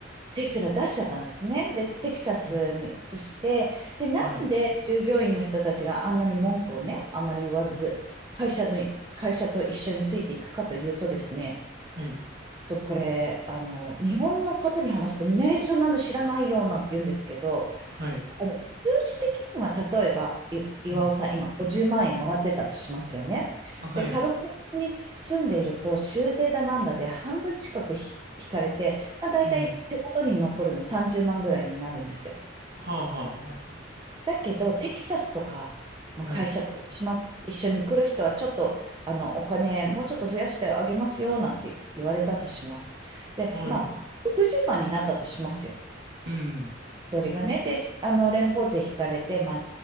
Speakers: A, on the right (about 25°); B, on the right (about 55°).
A: テスラ出しちゃったんですね。で、テキサスに移して、
B: うん
A: で、なんで従業員の人たちがあんなに文句をね、
B: はい、
A: あまり言わず、
B: はい、
A: 会社の、会社と一緒についていくかというとですね、
B: はい、
A: とこれ、あの、日本の方に話すとみんな、え、そんなの知らないよ、なんて言うんですけど、
B: はい。
A: あの、数字的には、例えば、い岩尾さん、
B: うん。
A: 今50万円もらってたとしますよね。
B: あ、はい。
A: で、カリフォルニアに住んでいると、州税だなんだで半分近くひ引かれて、まあ、大体手元に残るの30万ぐらいになるんですよ。
B: うん。はあ、はあ、は
A: だけど、テキサスとか、まあ、
B: あ。はい。
A: 会社だとします。一緒に来る人はちょっと、あの、お金もうちょっと増やしてあげますよ、なんて言われたとします。で、
B: はい。
A: まあ、60万になったとしますよ。
B: うん。
A: 一人がね。で、しあの、連邦税引かれて、まあ、